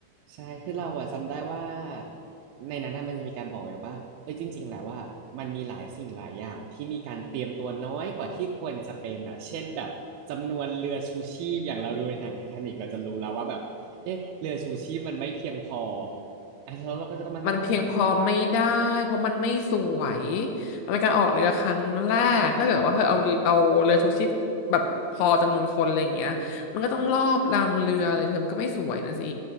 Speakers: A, on the right; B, on the left.
A: ใช่ คือเราอะจำได้ว่าในนั้นน่ะมันจะมีการบอกไว้ว่าเอ้ยจริงๆแล้วว่ามันมีหลายสิ่งหลายอย่างที่มีการเตรียมตัวน้อยกว่าที่ควรจะเป็นอ่ะเช่นแบบจำนวนเรือชูชีพอย่างเราดูในหนังไททานิกเราจะรู้แล้วว่าแบบเอ๊ะเรือชูชีพมันไม่เพียงพออ่ะแล้วเราก็จะต้องมาตั้งคำถามว่า
B: มันเพียงพอไม่ได้เพราะมันไม่สวยมันเป็นการออกเรือครั้งแรกถ้าเกิดว่าเพื่อเอาเอาเรือชูชีพแบบพอจำนวนคนอะไรอย่างเงี้ยมันก็ต้องรอบลำเรือเลยเธอมันก็ไม่สวยนะสิ